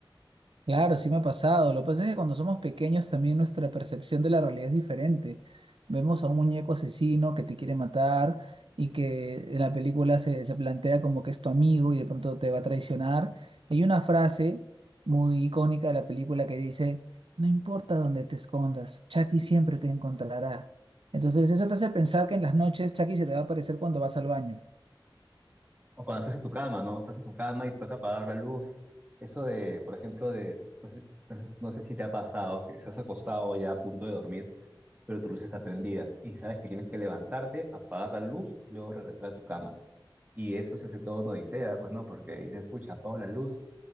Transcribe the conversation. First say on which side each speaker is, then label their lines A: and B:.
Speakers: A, on the right; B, on the right.
A: Claro, sí me ha pasado. Lo que pasa es que cuando somos pequeños también nuestra percepción de la realidad es diferente. Vemos a un muñeco asesino que te quiere matar y que en la película se, se plantea como que es tu amigo y de pronto te va a traicionar. Hay una frase muy icónica de la película que dice, no importa dónde te escondas, Chucky siempre te encontrará. Entonces eso te hace pensar que en las noches Chucky se te va a aparecer cuando vas al baño.
B: O cuando estás en tu cama, ¿no? Estás en tu cama y toca apagar la luz. Eso de, por ejemplo, de, no sé, no sé no sé si te ha pasado, que estás acostado ya a punto de dormir pero tu luz está prendida y sabes que tienes que levantarte, apagar la luz y luego regresar a tu cama. Y eso se hace todo en Odisea, pues no, porque dices, escucha apago la luz